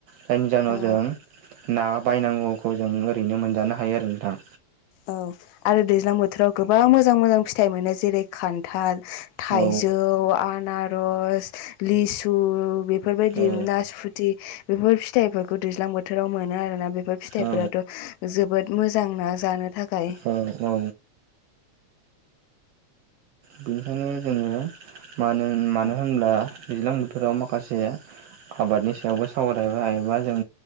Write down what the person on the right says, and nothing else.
जायनि जाहोनाव
जों ना बायनांगौखौ जों ओरैनो मोनजानो हायो आरो नोंथाङा
औ
औ
औ
औ औ बेनिखायनो जोङो मानो मानो
होनब्ला दैज्लां बोथोराव माखासे आबादनि सायावबो सावरायबाय एबा जों